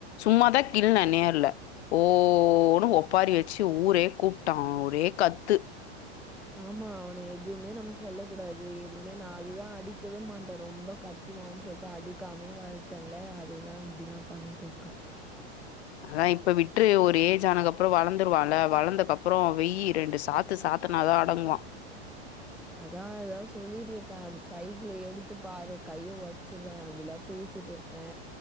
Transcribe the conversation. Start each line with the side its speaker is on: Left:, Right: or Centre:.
Left: சும்மாதா கிள்ன நேர்ல ஓன்னு ஒப்பாரி வச்சு ஊரே கூப்ட்டா ஒரே கத்து
Centre: ஆமா அவன எதுமே நம்ம சொல்ல கூடாது எதுமே நா அதுதா அடிக்கவே மாட்ட ரொம்ப கத் த்துவான்னு சொல்ட்டு அடிக்காமே வளத்தன்ல அதுதா இப்டிலா பண்ணிட்டு இருக்கா
Left: அதா இப்ப விட்று ஒரு ஏஜ் ஆனக்கப்பறோ வளந்துருவான்ல வளந்தக்கப்பறோ வெய் ரெண்டு சாத் து சாத்துனா தா அடங்குவா
Centre: அதா அதா சொல்லிட்ருக்கே சைக்கிள எடுத்து பாரு கைய ஒட்சிருவே அப்டிலா பேசிட்டுருக் க